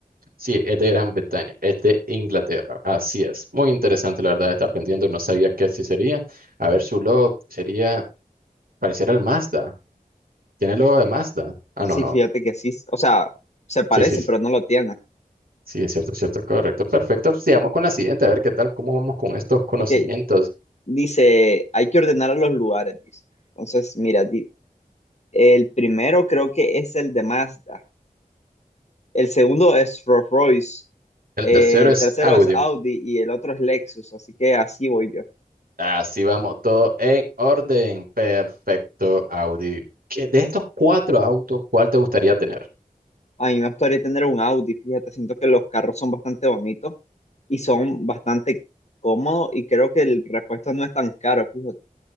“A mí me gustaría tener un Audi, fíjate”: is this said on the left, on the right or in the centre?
Left